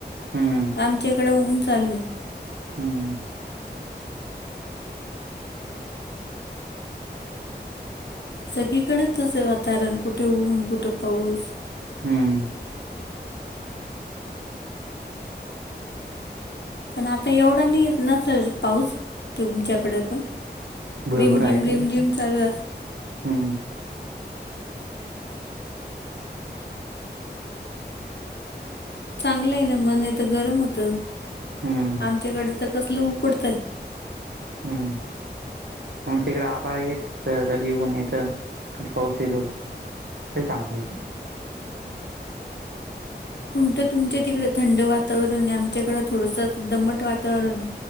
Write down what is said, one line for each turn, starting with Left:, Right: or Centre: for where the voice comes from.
Right: हम्म
Left: आमच्या इकडे ऊन चालू आहे
Right: हम्म
Left: सगळीकडेच असे वातावरण कुठे ऊन कुठे पाऊस
Right: हम्म
Left: पण आता एवढा नाही नसेल पाऊस तुमच्याकडे पण
Right: भरपूर
Left: रिम झिम
Right: आहे तरी
Left: रिम
Right: पण.
Left: झिम लू अस.
Right: हम्म.
Left: चांगलं आहे ना मन आहे तर गरम होतं
Right: हम्म
Left: आमच्याकडे तर कसलं उकडतंय.
Right: हम्म. आमच्या इकडे आबाळ येत कधीऊन येतं कधी पाऊस येतो. का सांगतायेते.
Left: कोणतं तुमच्या तिकडं थंड वातावरण आहे आमच्याकडं थोडसं दमट वातावरण आहे.